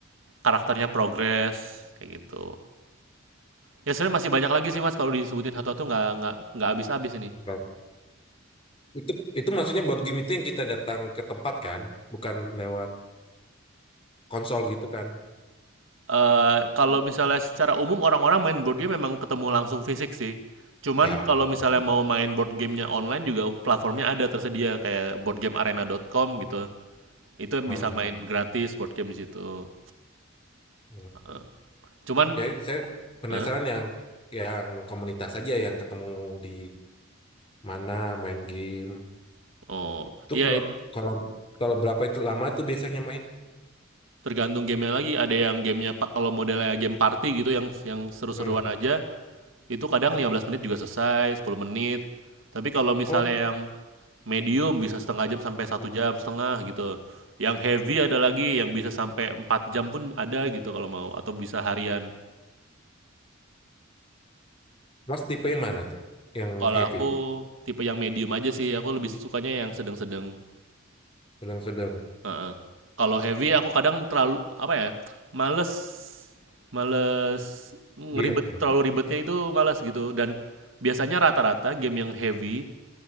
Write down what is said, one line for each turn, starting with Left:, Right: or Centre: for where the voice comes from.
Right: karakternya progress kayak gitu. Ya sebenarnya masih banyak lagi sih mas kalau disebutin satu-satu nggak nggak nggak habis-habis ini.
Left: Hmm. Itu itu maksudnya board game itu yang kita datang ke tempat kan, bukan lewat konsol gitu kan.
Right: Eee, kalau misalnya secara umum orang-orang main board game memang ketemu langsung fisik sih. Cuman
Left: Ya,
Right: kalau
Left: board
Right: misalnya
Left: game.
Right: mau main board gamenya online juga platformnya ada tersedia kayak boardgamearena.com gitu. Itu bisa
Left: Hmm.
Right: main
Left: Hmm.
Right: gratis board game di situ,
Left: hmm.
Right: heeh. Cuman
Left: Jadi saya penasaran
Right: heeh?
Left: yang yang komunitas aja yang ketemu di Mana main game.
Right: Oh,
Left: Tuh
Right: iya
Left: kalau
Right: it
Left: kalau kalau berapa itu lama tuh biasanya main?
Right: tergantung gamenya lagi, ada yang gamenya pak kalau modelnya game party gitu yang yang seru-seruan
Left: Hmm.
Right: aja, itu kadang 15 menit juga selesai, 10 menit. Tapi kalau misalnya
Left: Oh,
Right: yang medium bisa setengah jam sampai satu
Left: hmm.
Right: jam setengah gitu. Yang heavy ada lagi yang bisa sampai 4 jam pun ada gitu kalau mau atau bisa harian.
Left: Mas tipe yang mana tuh? Yang
Right: Kalau
Left: heavy,
Right: aku tipe yang medium aja sih, aku lebih sukanya yang sedang-sedang.
Left: sedang-sedang,
Right: Heeh. Kalau heavy aku kadang terlalu apa ya? Males males ngeribet
Left: diam.
Right: terlalu ribetnya itu males gitu dan biasanya rata-rata game yang heavy